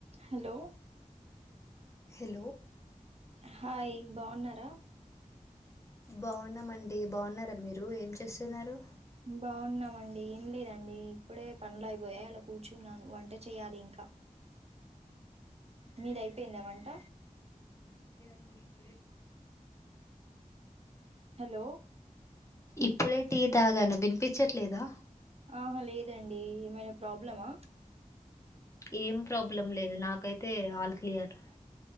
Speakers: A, on the right; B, on the left.
A: హలో
B: హలో
A: హాయ్ బాగున్నారా
B: బాగున్నామండి బాగున్నారా మీరు ఏం చేస్తున్నారు
A: బాగున్నామండి ఏం లేదండి ఇప్పుడే పనులు అయిపోయాయి అలా కూర్చున్నాను వం ట చేయాలి ఇంకా మీదయిపోయిందా వంట
B: ఇప్పుడె
A: హలో
B: ఇప్పుడే టీ తాగాను వినిపించట్లేదా
A: ఆహా లేదండి ఏమైనా ప్రాబ్లమా
B: ఏం ప్రాబ్లం లేదు నాకైతే ఆల్ క్లియర్